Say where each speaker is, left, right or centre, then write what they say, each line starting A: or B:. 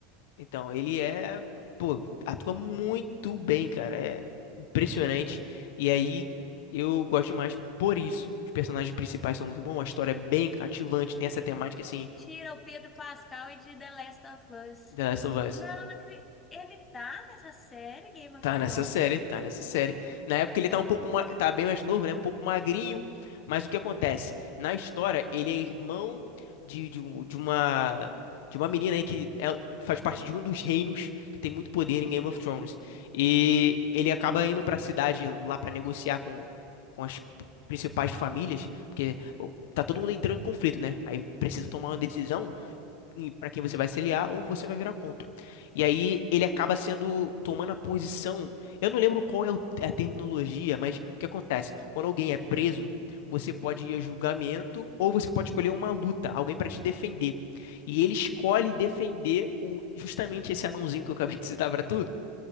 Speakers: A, on the left; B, on the left.
A: Então, ele é, pô, atua muito bem, cara. É impressionante. E aí, eu gosto demais por isso. Os personagens principais são muito bons, a história é bem cativante, tem essa temática, assim,
B: Mentira, o Pedro Pascal e de The Last of Us.
A: The Last of Us.
B: Não, não acredito. Ele tá nessa série Game of
A: Tá
B: Thrones?
A: nessa série, tá nessa série. Na época ele tá um pouco, ma- tá bem mais novo, né? Um pouco magrinho, mas o que acontece? Na história, ele é irmão de, de, um- de uma de uma menina aí que é- faz parte de um dos reinos que tem muito poder em Game of Thrones. E ele acaba indo pra cidade lá pra negociar com com as principais famílias, porque o- tá todo mundo entrando em conflito, né? Aí precisa tomar uma decisão para quem você vai se aliar ou você vai virar contra. E aí ele acaba sendo tomando a posição. Eu não lembro qual é o- é a terminologia, mas o que acontece? Quando alguém é preso, você pode ir a julgamento ou você pode escolher uma luta, alguém para te defender. E ele escolhe defender o justamente esse anãozinho que eu acabei de citar para tu,